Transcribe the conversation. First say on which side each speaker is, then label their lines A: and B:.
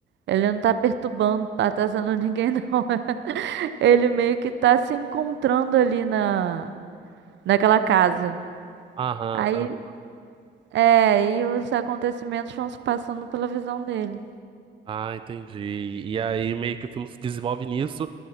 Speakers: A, on the right (about 65°); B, on the right (about 25°).
A: Ele não tá perturbando, atazanando ninguém, não. <laughs> Ele meio que tá se encontrando ali na, naquela casa.
B: Aham,
A: Aí
B: aham.
A: É, e os acontecimentos vão se passando pela visão dele.
B: Ah, entendi. E aí meio que o filme se desenvolve nisso,